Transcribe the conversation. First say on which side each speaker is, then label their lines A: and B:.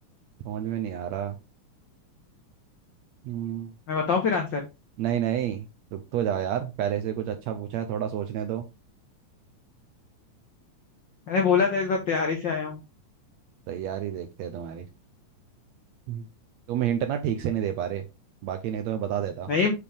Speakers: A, on the right (about 75°); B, on the left (about 75°).
A: समझ में नहीं आ रहा हम्म,
B: मैं बताऊं फिर आंसर
A: नहीं नहीं रुक तो जाओ यार पहले से कुछ अच्छा पूछा है थोड़ा सोचने दो
B: मैंने बोला था इस बार तैयारी से आया हूँ
A: तैयारी देखते हैं तुम्हारी हम्म। तुम हिंट ना ठीक से नहीं दे पा रहे बाकी नहीं तो मैं बता देता
B: नहीं